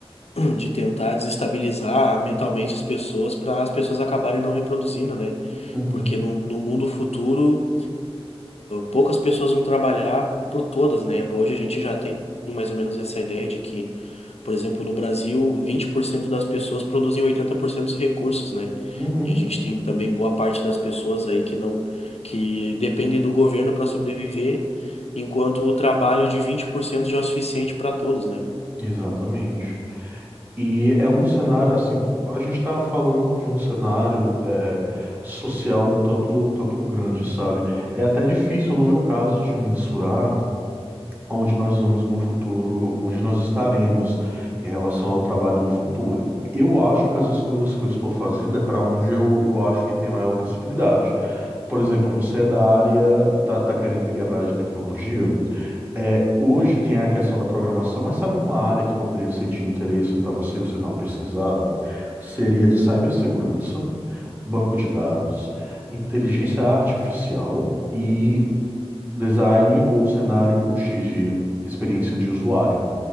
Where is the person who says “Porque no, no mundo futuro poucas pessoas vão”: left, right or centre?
Left